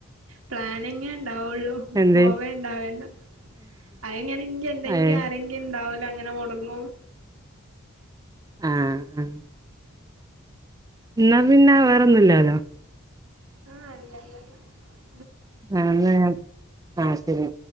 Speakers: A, on the right; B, on the right.
A: പ്ലാനിങ്ങെണ്ടാവൊള്ളൂ
B: എന്തേ
A: പോവണ്ടാവെല <unintelligible> എന്തെങ്കി
B: ഏ ആഹ്
A: ആരെങ്കിണ്ടാവൂല ങ്ങനെ മൊടങ്ങും
B: ആ ആ ന്നാ പിന്നെ വേറൊന്നൂലാലോ
A: ആ അല്ല അല്ല
B: അതേ ആ ശരി